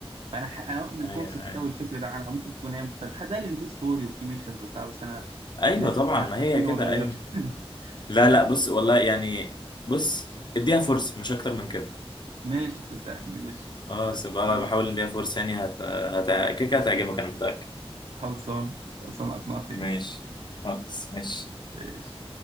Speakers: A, on the right; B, on the left.
A: فانا ح... انا واخد الكونسبت
B: ايوه ايوه
A: ده والفكر ده عنها ممكن تكون هي مختلفه حد قال لي ان في ستوري وفي ميشنز وبتاع بس انا
B: ايوه
A: لسه
B: طبعا
A: <laughs>
B: ما
A: تفكيري
B: هي كده
A: ما اتغيرش
B: ايوه
A: <laughs>
B: لا لا بص والله يعني بص اديها فرصة مش اكتر من كده
A: ماشي صدقني ماشي
B: اه سيبها
A: صدقني
B: بحاول اديها فرصة يعني هت هت كده كده هتعجبك انا متأكد
A: خلصان خلصان اقنعتني
B: ماشي خلاص ماشي
A: ماشي